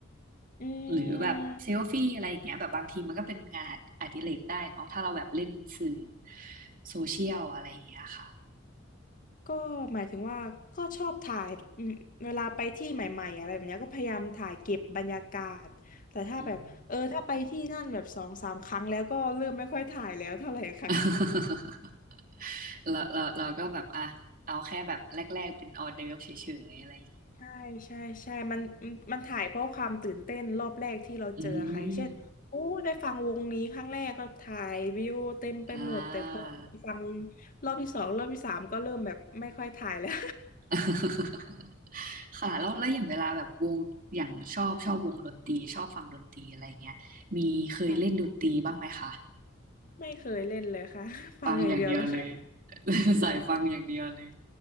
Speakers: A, on the left; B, on the right.
A: อื
B: หรือแบบเซลฟี่อะไรอย่างเงี้ยแบบบางทีมันก็เป็นงานออดิเรกได้เนาะถ้าเราแบบเล่นสื่อ
A: ม
B: โซเชียลอะไรอย่างเงี้ยค่ะ
A: ก็หมายถึงว่าก็ชอบถ่ายอืมเวลาไปที่ใหม่ๆอะไรแบบเนี้ยก็พยายามถ่ายเก็บบรรยากาศแต่ถ้าแบบเออถ้าไปที่นั่นแบบสองสามครั้งแล้วก็เริ่มไม่ค่อยถ่ายแล้วเท่าไหร่ค่ะ
B: อืม <laughs> เราเราเราก็แบบอ่ะเอาแค่แบบแรกๆเป็นออเดิร์ฟเฉยๆอะไรอย่างงี้
A: ใช่ใช่ใช่มันมันมันถ่ายเพราะความตื่นเต้นรอบแรกที่เราเจอใครเช่นโอ้ได้ฟังวงนี้ครั้งแรกก็ถ่ายวิวเต็มไปหมดแต่พอฟัง
B: อืมอ่า
A: รอบที่สองรอบที่สามก็เริ่มแบบไม่ค่อยถ่ายแล้ว
B: <laughs> ค่ะแล้วแล้วอย่างเวลาแบบวงอย่างชอบชอบวงดนตรีชอบฟังดนตรีอะไรอย่างเงี้ยมีเคยเล่นดนตรีบ้างไหมคะ
A: <laughs> ค่ะไม่เคยเล่นเลยค่ะฟังอย่างเดียวเลยค่ะ
B: ฟังอย่างเดียวเลย <laughs> สายฟังอย่างเดียวเลย
A: ใช่